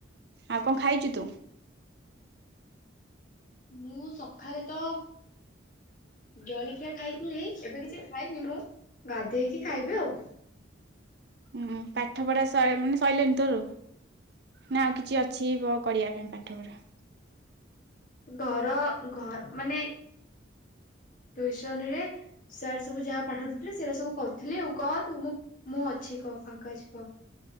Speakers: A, on the right; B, on the left.
A: ଆଉ କଣ ଖାଇଛୁ ତୁ
B: ମୁଁ ସ ଖାଲି ତ ଜଳଖିଆ ଖାଇଥିଲି। ଏବେ କିଛି ଖାଇନି ମୁଁ ଗାଧେଇକି ଖାଇବି ଆଉ
A: ହୁଁ ପାଠ ପଢା ମାନେ ସରିଲଣିି ତୋର ନା ଆଉ କିଛି ଅଛି ପ କରିବା ପାଇଁ ପାଠ ପଢା
B: ଘର ଘ ମାନେ ଟ୍ୟୁସନ ରେ ସାର୍ ସବୁ ଯାହା ପାଠଉଥିଲେ ସେଟା ସବୁ କରିଥିଲି କହ ତୁ ମୁଁ ମୁଁ ଅଛି କହ ପଙ୍କଜ କହ